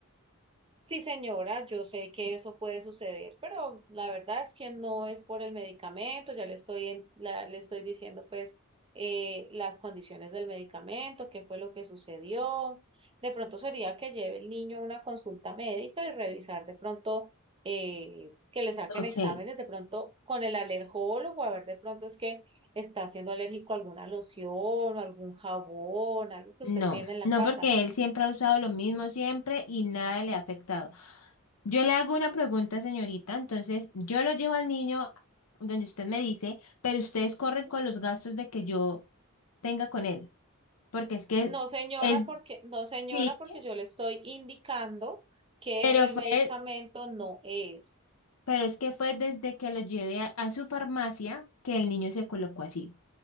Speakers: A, on the right; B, on the left.
A: sí señora, yo sé que eso puede suceder, pero la verdad es que no es por el medicamento, ya le estoy en- la- le estoy diciendo pues eh, las condiciones del medicamento, qué fue lo que sucedió. De pronto sería que lleve el niño a una consulta médica y revisar de pronto eh, que le saquen
B: Ok.
A: exámenes de pronto con el alergólogo, a ver de pronto es que está siendo alérgico a alguna loción o algún jabón, algo que
B: No,
A: usted tiene en la
B: no
A: casa.
B: porque él siempre ha usado lo mismo siempre y nada le ha afectado. Yo le hago una pregunta, señorita, entonces yo lo llevo al niño donde usted me dice, pero ustedes corren con los gastos de que yo tenga con él, porque es que
A: No, señora,
B: es,
A: porque no, señora,
B: sí,
A: porque yo le estoy indicando que
B: pero
A: el
B: fue,
A: medicamento no es.
B: pero es que fue desde que lo llevé a, a su farmacia que el niño se colocó así.